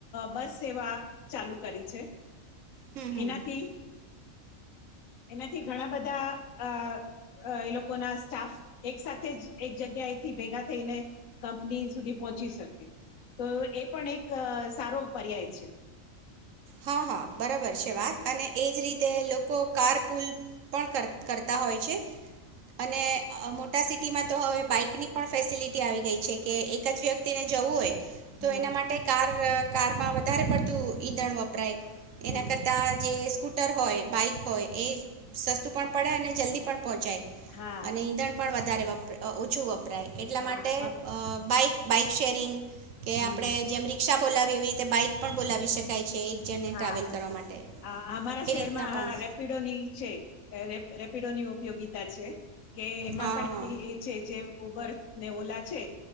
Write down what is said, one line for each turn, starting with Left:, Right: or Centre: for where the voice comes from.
Left: બસ સેવા ચાલુ કરી છે.
Right: હમ હમ
Left: એનાથી એનાથી ઘણા બધા અ અ એ લોકોના સ્ટાફ એક સાથે જ એક જગ્યાએથી ભેગા થઈને કંપની સુધી પહોંચી શકે તો એ પણ એક સારો પર્યાય છે.
Right: હા હા બરાબર છે વાત અને એજ રીતે લોકો કાર પુલ પણ કરતા હોય છે અને મોટા સિટીમાં તો હવે બાઈકની પણ ફેસિલિટી આવી ગઈ છે કે એક જ વ્યક્તિને જવું હોય. તો
Left: હમ
Right: એના માટે કાર કારમાં વધારે પડતું ઈંધણ વપ. <unintelligible>
Left: હમ
Right: એના કરતા જે કૂટર હોય બાઇક હોય એ જ સસ્તું પણ પડે અને જલ્દી પણ પહોંચાય
Left: હા
Right: અને ઈંધણ પણ વ ધારેબ. અ ઓછું વપરાય એટલા
Left: હા
Right: માટે
Left: હા
Right: અ બાઇક બાઈક શેરિંગ, કે
Left: હમ
Right: આપડે જેમ રિક રીક્ષા બોલાવી એવી રીતે બાઈક પણ બોલાવી શકાય છે. જણને
Left: હા
Right: ટ્રાવેલ
Left: હા
Right: કરવા માટે
Left: આઅમારા
Right: એ
Left: શહેરમાં
Right: રીતના પણ
Left: આ રેપિડોની છે અ રેપ રેપ પીડોની ઉપયોગિતા છે. કે એમાં
Right: હા
Left: પણ એ એ છે જે ઉબર ને ઓલા છે.